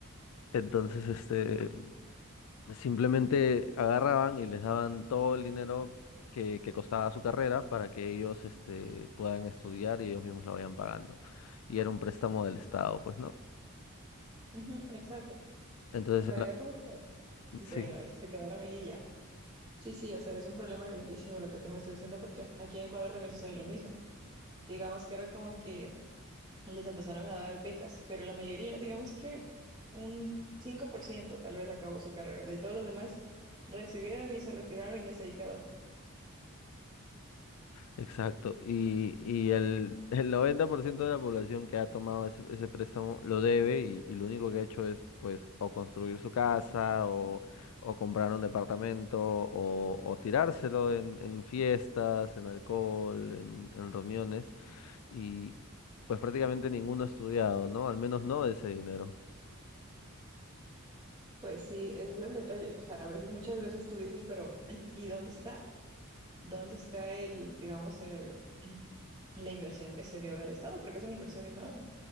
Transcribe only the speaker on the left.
Entonces, este, Simplemente agarraban y les daban todo el dinero que, que costaba su carrera para que ellos este, puedan estudiar y ellos mismos la vayan pagando. Y era un préstamo del Estado, pues, ¿no?
Entonces,
en la-
sí.
Exacto, y, y el, <laughs> el 90% de la población que ha tomado ese, ese préstamo lo debe y, y lo único que ha hecho es pues o construir su casa o, o comprar un departamento o, o tirárselo en, en fiestas, en alcohol, en, en reuniones y pues prácticamente ninguno ha estudiado, ¿no? Al menos no ese dinero.